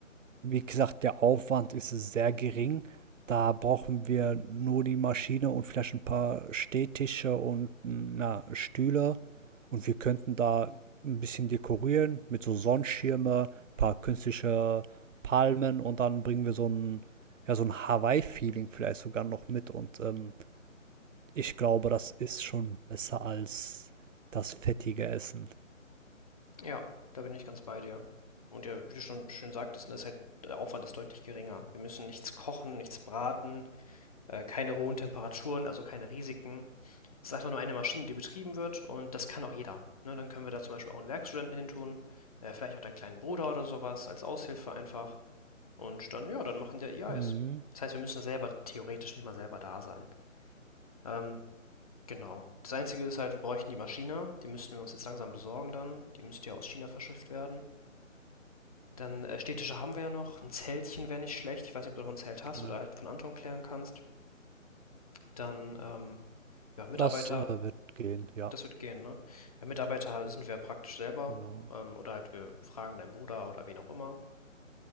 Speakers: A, on the right; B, on the left.
A: wie gesagt, der Aufwand ist sehr gering. Da brauchen wir nur die Maschine und vielleicht ein paar Stehtische und na, Stühle. Und wir könnten da ein bisschen dekorieren mit so Sonnenschirme, ein paar künstliche Palmen und dann bringen wir so ein, ja, so ein Hawaii-Feeling vielleicht sogar noch mit. Und ähm, ich glaube, das ist schon besser als das fettige Essen.
B: Ja, da bin ich ganz bei dir. Und ja, wie du schon schön sagtest, ne, ist halt der Aufwand ist deutlich geringer. Wir müssen nichts kochen, nichts braten, äh, keine hohen Temperaturen, also keine Risiken. Es ist einfach nur eine Maschine, die betrieben wird und das kann auch jeder. Ne, dann können wir da zum Beispiel auch einen Werkstudenten hintun, äh, vielleicht auch deinen kleinen Bruder oder sowas, als Aushilfe einfach. Und dann, ja, dann machen die ja ihr
A: Mhm,
B: Eis. Das heißt, wir müssen da selber theoretisch nicht mal selber da sein. Ähm, genau. Das Einzige ist halt, wir bräuchten die Maschine. Die müssten wir uns jetzt langsam besorgen dann. Die müsste ja aus China verschifft werden. Dann, äh, Städtische haben wir ja noch. Ein Zeltchen wäre nicht schlecht. Ich weiß nicht, ob du noch 'n Zelt hast
A: genau.
B: oder halt von Anton klären kannst. Dann, ähm, ja, Mitarbeiter,
A: Das äh, wird gehen, ja.
B: das wird gehen, ne? Ja, Mitarbeiter sind wir praktisch selber,
A: Genau.
B: ähm, oder halt wir fragen deinen Bruder oder wen auch immer.